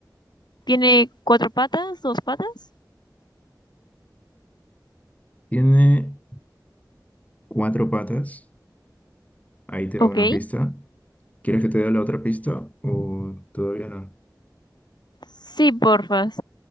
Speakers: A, on the left (about 75°); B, on the left (about 20°).
A: tiene cuatro patas, dos patas?
B: Tiene cuatro patas. Ahí te
A: Ok.
B: va una pista. ¿Quieres que te dé la otra pista o todavía no?
A: Sí, porfas.